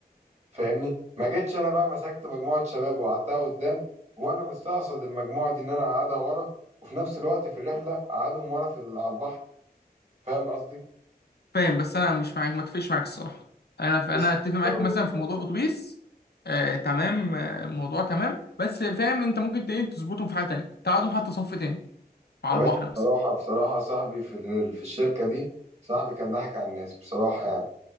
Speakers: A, on the right; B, on the left.
A: فاهمني ما جيتش انا بقى مسكت مجموعه شباب وقعدتها قدام وانا مستقصد المجموعه دي ان انا اقعدها ورا وفي نفس الوقت في الرحله اقعدهم ورا في ال- على البحر فاهم قصدي
B: فاهم بس انا مش معاك ما اتفقش معاك الصراحه انا
A: بص
B: انا اتفق معاك
A: هي وجهة
B: مثلا في
A: نظر
B: موضوع الاتوبيس آه تمام آه الموضوع تمام بس فاهم انت ممكن ت- تظبطهم في حاجه تانية تقعدهم حتى صف تاني على
A: يا باشا
B: البحر مثلا
A: بصراحة بصراحة صاحبي في ال- في الشركة دي صاحبي كان ضحك على الناس بصراحة يعني